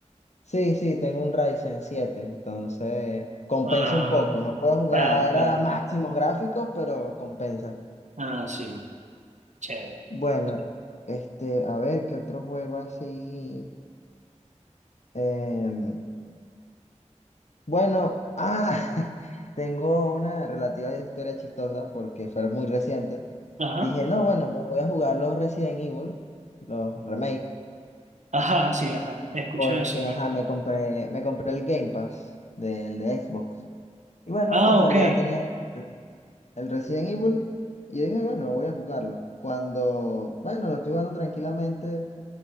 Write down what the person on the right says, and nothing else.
Ah,
claro, claro.
Ah, sí, chévere.
Ajá,
ajá, sí, ajá. He escuchado
eso, pero-
Ah,
ok.